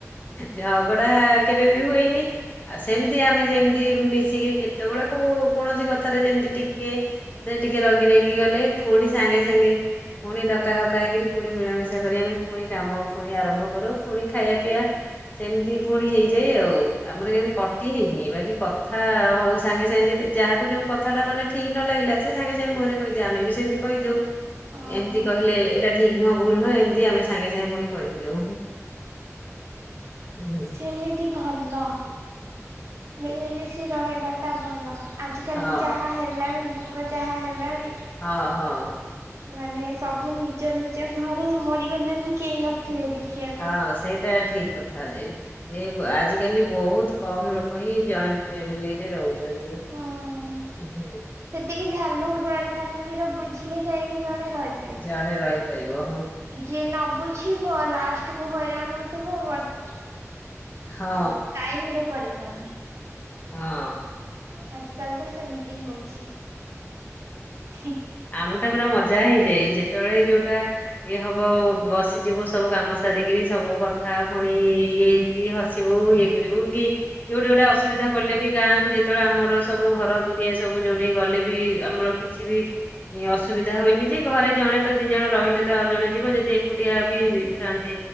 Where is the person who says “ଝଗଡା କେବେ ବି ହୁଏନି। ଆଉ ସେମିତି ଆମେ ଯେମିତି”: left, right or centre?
Left